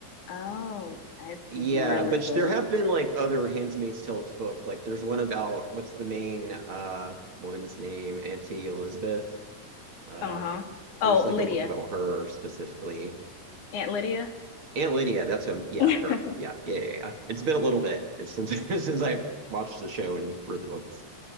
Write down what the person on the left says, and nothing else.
Oh, that's
really
good.
Uh-huh. Oh,
Lydia.
Aunt Lydia.
<laughs>